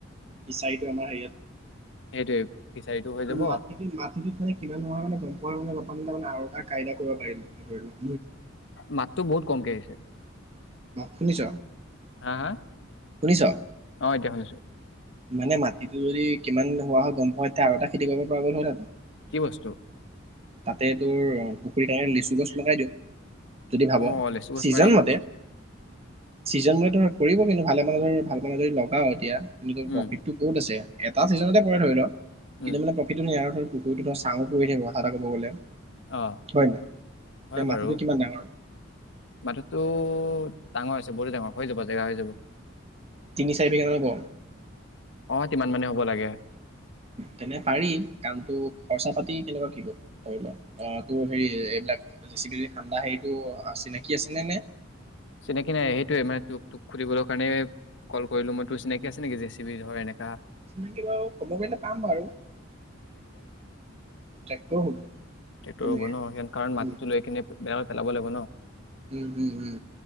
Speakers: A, on the right (about 30°); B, on the left (about 65°).
A: ফিছাৰিটো আমাৰ হেৰিয়াত
B: সেইটোৱে ফিচাৰীটো হৈ যাব
A: মাটিটো মাটিটো খানে কিমান নোহোৱা হয় নে তম মই মানে বমান তাৰানে আৰুটা কাইদা কৰিব পাৰিলো হয় ধৰি লও
B: মাতটো বহুত কমকৈ আহিছে
A: শুনিছ
B: হা হা
A: শুনিছ
B: অ এতিয়া শুনিছো
A: মানে মাটিটো যদি কিমান হোৱা হয় গম পোৱাওঁ এতিয়া আৰু এটা খেতি কৰিব পৰা গ'ল হয়
B: কি বস্তু
A: তাতে তোৰ পুখুৰীৰ কাৰণে লিচু গছ লগাই দিওঁ যদি ভাবো
B: অ লেচু গছ
A: ছিজন
B: পাৰি ন
A: মতে চিজন মান পৰিব কিন্তু ভালে মানে ধ ভাল মানে যদি লগাও এতিয়া কিন্তু ত
B: উম
A: প্ৰফিটটো ক'ত আছে এটা ছিজনতে পৰে ধৰি ল
B: উম
A: কিন্তু মানে প্ৰফিটো নাই আৰু ধৰ পুখুৰীটো ধৰ চাশু পৰি থাকিব সঁচা কথা ক'ব গ'লে
B: অ
A: হয় নাই
B: হয়
A: এতিয়া
B: বাৰু
A: মাটিটো কিমান ডাঙৰ
B: মাটিটো ডাঙৰ আছে বহুত ডাঙৰ হৈ যাব জেগা হৈ যাব
A: তিনি চাৰি বিঘা মান হব
B: অ কিমান মানে হ'ব লাগে
A: তেনে পাৰি কামটো খৰচা পাতি কেনেকুৱা কি কল ধৰি লোৱা তোৰ হেৰি এইবিলাক জিচি ঠা্ডা হেৰিটো চিনাকি আছেনে নে
B: চিনাকি নাই সেইটোৱে মানে তোক তোক সুধিবলৈৰ কাৰণে কল কৰিলো মই তোৰ চিনাকি আছে নেকি জে চি বি ধৰ এনেককা
A: চিনাকি বাৰু খবৰ কৰিলে পাম বাৰু ট্ৰেক্টৰ হ'ব
B: তেক্টৰ
A: তেনেকে
B: হ'ব ন স কাৰণ মাটিটো
A: উম
B: লৈ কিনে বেয়া পেলাব লাগিব ন।
A: উম, উম, উম।